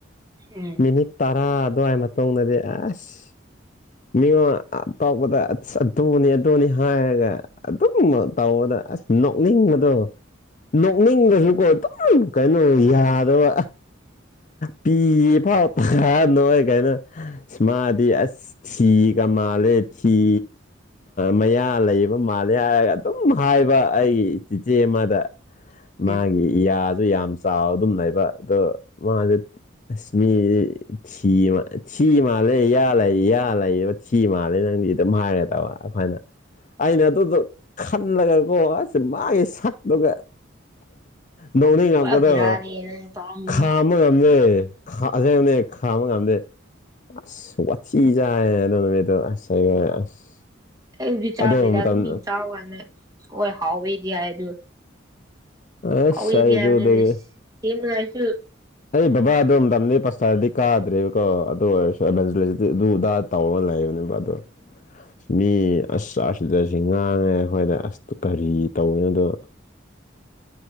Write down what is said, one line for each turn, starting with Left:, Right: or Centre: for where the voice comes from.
Right: ꯎꯝ
Left: ꯃꯤꯅꯤꯠ ꯇꯔꯥ ꯑꯗꯨꯋꯥꯏ ꯃꯇꯨꯡꯗꯗꯤ ꯑꯁ ꯃꯤꯉꯣꯟꯇꯥꯎꯄꯗ ꯑꯁ ꯑꯗꯨꯅꯤ ꯑꯗꯨꯅꯤ ꯍꯥꯏꯔꯒ ꯑꯗꯨꯝ ꯇꯧꯕꯧꯕꯗ ꯑꯁ ꯅꯣꯛꯅꯤꯡꯕꯗꯣ ꯅꯣꯛꯅꯤꯡꯗꯁꯨꯀꯣ ꯑꯗꯨꯝ ꯀꯩꯅꯣ ꯌꯥꯗꯕ ꯄꯤ ꯐꯥꯎ ꯊ ꯅꯣꯏ ꯀꯥꯏꯅꯣ ꯃꯥꯗꯤ ꯑꯁ ꯊꯤ ꯀ ꯃꯥꯂꯦ ꯊꯤ ꯃꯌꯥ ꯂꯩꯕ ꯃꯥꯜꯂꯦ ꯍꯥꯏꯔꯒ ꯑꯗꯨꯝ ꯍꯥꯏꯕ ꯑꯩꯒꯤ ꯆꯤꯆꯦ ꯑꯃꯗ
Right: <unintelligible>
Left: ꯃꯥꯒꯤ ꯌꯥꯁꯨ ꯌꯥꯝ ꯆꯥꯎ ꯑꯗꯨꯝ ꯂꯩꯕ ꯑꯗꯣ ꯃꯥꯁꯦ ꯑꯁꯃꯤ ꯁꯤꯤ ꯊꯤ ꯃꯥꯜꯂꯦ ꯌꯥ ꯂꯩ ꯌꯥ ꯂꯩꯌꯦꯕ ꯊꯤ ꯃꯥꯜꯂꯦ ꯅꯪꯗꯤ ꯑꯗꯨꯝ ꯍꯥꯏꯈ꯭ꯔꯦ ꯇꯕ ꯑꯩꯈꯣꯏꯅ ꯑꯩꯅ ꯑꯗꯨꯗꯣ ꯈꯜꯂꯒꯀꯣ ꯁꯤ ꯃꯥꯒꯤ ꯁꯛꯇꯨꯒ ꯗꯧꯅꯤ ꯉꯥꯛꯄꯗ
Right: ꯄꯨꯔꯥ ꯕꯦꯔꯥꯅꯦ
Left: ꯈ
Right: ꯅꯪ ꯇꯧꯔꯝꯃꯤꯁꯦ
Left: ꯈꯕ ꯉꯝꯗꯦ ꯈꯁꯦꯡꯅꯦ ꯈꯥꯕ ꯉꯝꯗꯦ ꯑꯁ ꯋꯥꯊꯤꯖꯥꯏ ꯑꯗꯨꯗꯣ ꯑꯁ ꯑꯁ
Right: ꯑꯩ ꯍꯧꯛ ꯆꯥꯗꯔꯤꯗ
Left: ꯑꯗꯨ ꯃꯇꯝ
Right: ꯑꯗꯨꯝ ꯃꯤ ꯆꯥꯎꯅ ꯍꯣꯏ ꯍꯥꯎꯋꯦꯗꯤ ꯍꯥꯏ ꯑꯗꯨ
Left: ꯑꯁ
Right: ꯍꯥꯎ ꯏꯗꯤ
Left: ꯑꯩꯗꯨꯗꯒꯤ
Right: ꯌꯥꯝꯅ ꯁꯤꯅꯨꯡꯉꯥꯏꯁꯨ
Left: ꯑꯩ ꯕꯕꯥ ꯑꯗꯨꯣ ꯃꯇꯝꯗꯩ ꯄꯁꯇꯥꯔꯗꯤ ꯀꯥꯗ꯭ꯔꯦꯕꯀꯣ ꯑꯗꯣ ꯑꯗꯨ ꯇꯧꯔ ꯂꯩꯕꯅꯦꯕ ꯑꯗꯣ ꯃꯤ ꯑꯁ ꯑꯥꯁꯤꯗꯁꯤ ꯉꯥꯡꯉꯦ ꯑꯩꯈꯣꯏꯗ ꯑꯁ ꯀꯔꯤ ꯇꯧꯔꯤꯅꯣꯗꯣ
Right: <unintelligible>